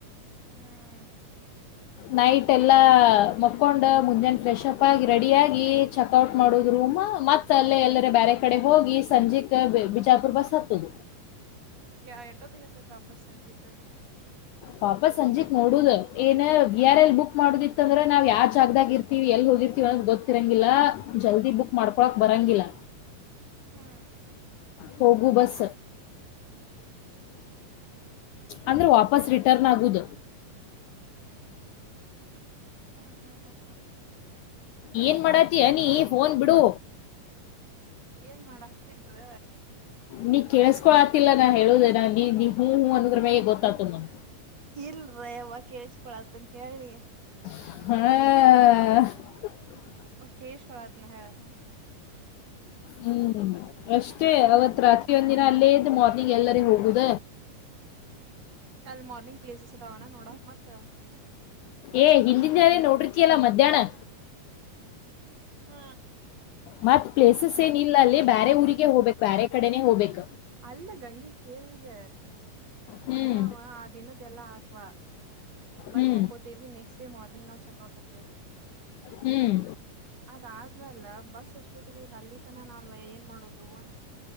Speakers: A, on the right (about 45°); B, on the left (about 80°).
A: ಹ್ಮ್.
B: ನೈಟ್ ಎಲ್ಲಾ ಮಕೊಂಡ್ ಮುಂಜಾನೆ ಫ್ರೆಶ್ ಅಪ್ ಆಗಿ ರೆಡಿ ಆಗಿ ಚೆಕ್ಔಟ್ ಮಾಡುದ ರೂಮ್ ಮತ್ತ ಅಲ್ಲೇ ಎಲ್ಲರ ಬೇರೆ ಕಡೆ ಹೋಗಿ ಸಂಜೆಕ್ ಬಿಜಾಪುರ್ ಬಸ್ ಹತ್ತದ.
A: ಯ ಎಟೋತೀಗೆ ವಾಪಸ್ ಸಂಜಿಕ
B: ವಾಪಸ ಸಂಜಿಕ್ ನೋಡುದ ಏನ್ ವಿ ಆರ್ ಎಲ್ ಬುಕ್ ಮಾಡುದಿತ್ತ ಅಂದ್ರ ನಾವ್ ಯಾವ ಜಾಗದಾಗ ಇರ್ತಿವಿ ಎಲ್ ಹೋಗಿರ್ತಿವಿ ಅನ್ನೋದ ಗೊತ್ತಿರಂಗಿಲ್ಲಾ ಜಲ್ದಿ ಬುಕ್ ಮಾಡ್ಕೊಳಕ್ ಬರಂಗಿಲ್ಲ.
A: ಹ್ಮ್.
B: ಹೋಗು ಬಸ್ ಅಂದ್ರ ವಾಪಸ್ ರಿಟರ್ನ್ ಆಗುದ.
A: ಹ್ಮ್ ಹ್ಮ್ ಹ್ಮ ಹ
B: ಏನ್ ಮಾಡಾತಿಯ ನೀ ಫೋನ್ ಬಿಡು.
A: ಏನ್ ಮಾಡಾತಿಲರ.
B: ನೀ ಕೇಳಿಸಸ್ಕೊಳ್ ಆತಿಲ್ಲ ನಾ ಹೇಳುದ ನೀ ನೀ ಹ ಹೂ ಅನ್ನೋದರ ಮ್ಯಾಗೆ ಗೊತ್ತ ಅಗತ್ದ ನ.
A: ಇಲ್ರ ಅವ ಕೇಳಿಸಕೊಳತನ್ ಹೇಳಿ ನೀ
B: ಹ.
A: ಕೇಳಿಸ್ಕೊಳತನ ಹೇಳ.
B: ಹ್ಮ್ ಅಷ್ಟೇ ಅವತ್ ರಾತ್ರಿ ಒಂದಿನ ಅಲ್ಲೇ ಇದ್ದ ಮಾರ್ನಿಂಗ್ ಎಲ್ಲರೆ ಹೋಗುದ.
A: ಅಲ್ಲಿ ಮಾರ್ನಿಂಗ್ ಪ್ಲೇಸಸ ಅದಾವಣ ನೋಡಕ ಮತ್ತ.
B: ಏ ಹಿಂದಿನ ದಿನ ನೋಡರ್ತಿಯಲ್ಲಾ ಮಧ್ಯಾಹ್ನ.
A: ಹ.
B: ಮತ್ತ ಪ್ಲೇಸಸ್ ಏನ ಇಲ್ಲ ಅಲ್ಲಿ ಬ್ಯಾರೆ ಊರಿಗೆ ಹೋಗ್ಬೇಕ ಬ್ಯಾರೆ ಕಡೆನೆ ಹೋಗ್ಬೇಕ.
A: ಅಲ್ಲ ಗಂಗಿ ಕೇಳ ಈಗ
B: ಹ್ಮ್
A: ಈಗ ನಾವ ಆ ದಿನದ. ದೆಲ್ಲ ಆತವ. ಬಂದ
B: ಹ್ಮ್
A: ಮಕೋತೇವಿ ನೆಕ್ಸ್ಟ್. ಡೇ ಮ್ರಾನಿಂಗ್ ನಾವ ಚೆಕ್ ಔಟ್ ಆಗ್ತೀವಿ.
B: ಹ್ಮ್.
A: ಅದಾದ್ಮೇಲ <unintelligible> ಅಲ್ಲಿ ತನ ನಾ ಏನ್ ಮಾಡೋದು.